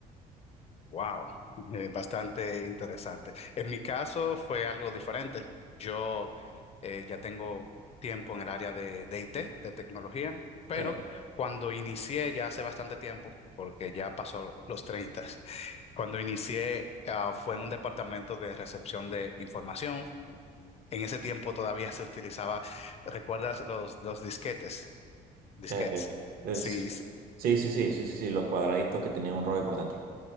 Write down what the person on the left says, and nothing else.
Wow, eh, bastante interesante. En mi caso fue algo diferente. Yo eh, ya tengo tiempo en el área de, de IT, de tecnología, pero
cuando inicié ya hace bastante tiempo, porque ya pasó los 30, cuando inicié ah, fue en un departamento de recepción de información. En ese tiempo todavía se utilizaba, ¿recuerdas los, los disquetes? Disquetes.
Sí,